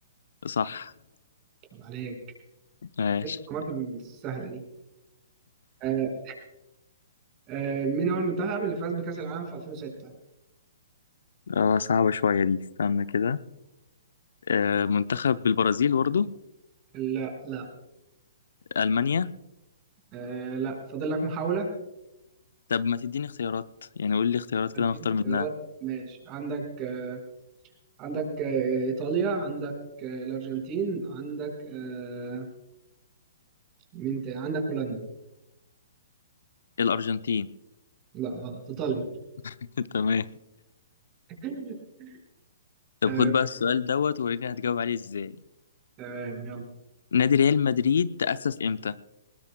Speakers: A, on the left (about 70°); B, on the right (about 30°).
A: صح
B: طب عليك
A: ماشي
B: الحكومات السهله دي آه آه مين هو المنتخب اللي فاز بكاس العالم في 2006
A: اه صعبة شوية دي استنى كده آه، منتخب البرازيل برضه
B: لا لا
A: المانيا
B: آه لا فاضل لك محاوله
A: طب ما تديني اختيارات يعني قول لي اختيارات كده
B: اديك
A: نختار
B: اختيارات
A: منها
B: ماشي عندك آه عندك آه ايطاليا عندك آه الارجنتين عندك آه مين تاني عندك هولندا
A: الارجنتين
B: لا غلط ايطاليا
A: <laughs> تمام
B: <laughs>
A: طب
B: آه،
A: خد بقى السؤال دوت وريني هتجاوب عليه ازاي
B: تمام يلا
A: نادي ريال مدريد تأسس امتى